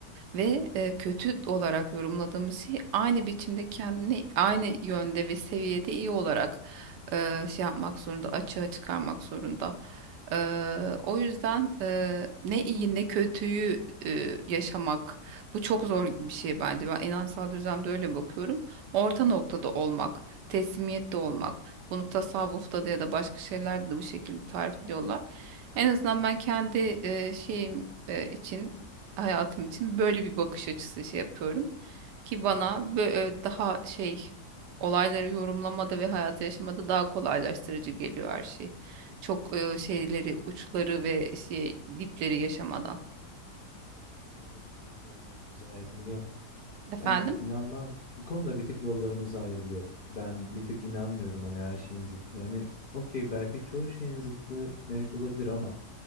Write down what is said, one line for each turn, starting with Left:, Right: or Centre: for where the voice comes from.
Right: ve e, kötü olarak yorumladığımız şey aynı biçimde kendini aynı yönde ve seviyede iyi olarak e, şey yapmak zorunda açığa çıkarmak zorunda. E, o yüzden e, ne iyi ne kötüyü e, yaşamak bu çok zor bir şey bence ben inansal düzlemde öyle bakıyorum orta noktada olmak, teslimiyette olmak. Bunu tasavvufta da ya da başka şeylerde de bu şekilde tarif ediyorlar. En azından ben kendi e, şeyim e, için, hayatım için böyle bir bakış açısı şey yapıyorum ki bana bö- e, daha şey olayları yorumlamada ve hayatı yaşamada daha kolaylaştırıcı geliyor her şey. Çok e, şeyleri, uçları ve şey dipleri yaşamadan.
Left: bu konuda bir tık yollarımız ayrılıyor.
Right: Efendim?
Left: Ben inanmam. Bu konuda bir tık yollarımız ayrılıyor. Ben bir tık inanmıyorum hani her şeyin zıttı. Yani okey belki çoğu şeyin zıttı mevcut olabilir ama